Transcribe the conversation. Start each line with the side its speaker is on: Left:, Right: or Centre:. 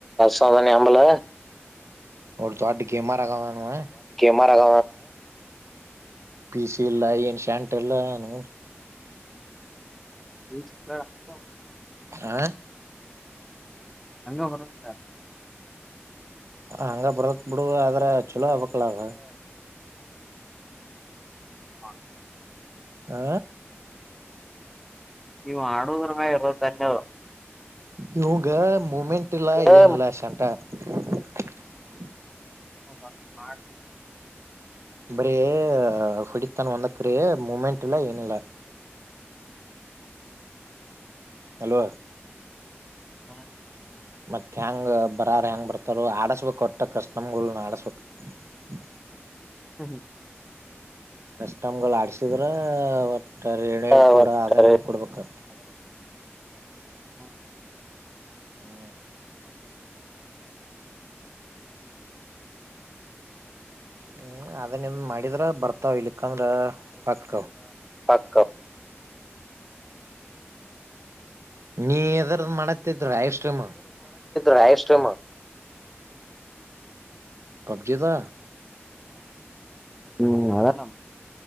Centre: ತವರ ನಿ ಆಂಬಲ
Right: ಅವ ದೊಡ್ಡ ಗೆಮರ್ ಆಗವ ಅವ.
Centre: ಮರಗ
Right: ಪಿ ಸಿ ಇಲ್ಲ ಏನ್ ಶಾಂಟ್ ಟ್ಟಲ್ಲನು.
Centre: ನಿಚ ಮಡ <unintelligible>
Right: ಹಾ
Centre: ಹಂಗ ಬರಕ ಸರ್.
Right: ಹಂಗ ಬರತ್ ಬಿಡು ಆದ್ರ ಚಲೋ ಅವಕ್ ಕಪ್ಪಳಾಗ
Centre: ಹ
Right: ಆ
Centre: ಈವು ಮಾಡುವುದ್ರಮೇ ಇರತತಿ ನ್ಯ
Right: ಇವಂಗ ಮೂಮೆಂಟ್ ಇಲ್ಲ
Centre: ಹ
Right: ಏನಿಲ್ಲ ಶಂಟ. <unintelligible>
Centre: ಹ ಬ ಮಾಡ
Right: ಬರೀ ಹೊಡಿಿತಾನ ವಂದಕ್ಕ್ರ ಮ ಮೂಮೆಂಟ್ ಇಲ್ಲ ಏನಿಲ್ಲ. ಹಲೋ
Centre: ಹ್ಮ
Right: ಮತ್ತೆ ಹೆಂಗ. ಬರಾರ ಹೆಂಗ್ ಬರ್ತಾರ ಆಡಸ್ಬೇಕ್ ಕೊಟ್ಟ ಕಸ್ಟಮ್ ಆಡಸ್ಬೇಕಕ್. <unintelligible>
Centre: ಹ್ಮ್ ಹ್ಮ
Right: ಎಷ್ಟ್ ಗಲ್ಲ ಆಡಸಿ <inaudible> ಎಣೆಮ
Centre: ಮಾಡತ್ತಿದ್ರು
Right: ಕೊೂಡ ಅದನೇ ಕೊಡ್ಬೇಕು
Centre: ಹಾ
Right: ಹ್ಮ್ ಹ್ಮ ಅದನ್ನನ್್ ಮಾಡಿದ್ರ ಬರ್ತಾವ ಇಲಕ್ಕಂದ್ರ ವಾಕ್
Centre: ಹಕ್ಕ
Right: ನೀ ಎದ್ರ್ದ ಮಾಡತ್ತ ರಾಯಲ್ ಸ್ಟ್ರೀಮ್
Centre: ರಾಯ ಕ್ರೀಮ್
Right: ಪಬ್ಜಿದ
Centre: ಹ್ಮ್ ಅದಾನ